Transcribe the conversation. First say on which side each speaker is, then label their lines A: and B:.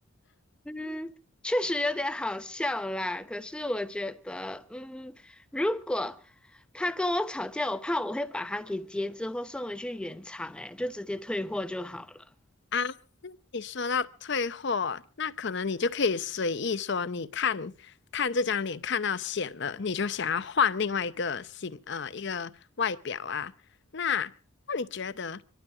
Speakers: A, in the centre; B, on the left (about 55°).
A: 嗯，确实有点好笑啦。可是我觉得，嗯，如果他跟我吵架，我怕我会把他给截肢或送回去原厂，哎，就直接退货就好了。
B: 啊。你说到退货，那可能你就可以随意说，你看看这张脸看到显了，你就想要换另外一个形，呃，一个外表啊。那那你觉得